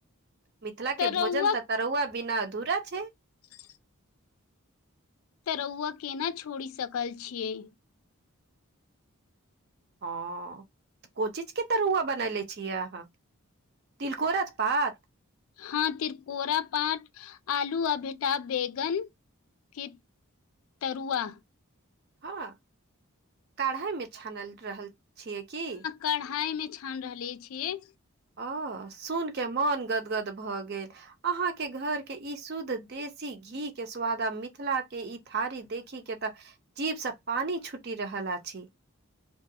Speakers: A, on the right; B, on the left.
A: मिथिला
B: तरुआ
A: के भोजन तऽ तरुआ बिना अधूरा छै
B: <unintelligible> <inaudible> तरौआ केना छोड़ि सकल छियै
A: हऽ को चीजके तरुआ बनैले छियै अहाँ? तिलकोरक पात?
B: हँ तिलकोरक पाट आलू आ भेटा बैगन की तरुआ।
A: हँ कढ़ाई मे छानल रहल छियै की?
B: कढ़ाइमे छान रहले छियै।
A: ओ सुनके मन गदगद भऽ गेल। अहाके घर के ई शुद्ध देशी घी के स्वाद आ मिथिला के ई थारी देखी के तऽ जीबसँ पानि छुटि रहल अछि।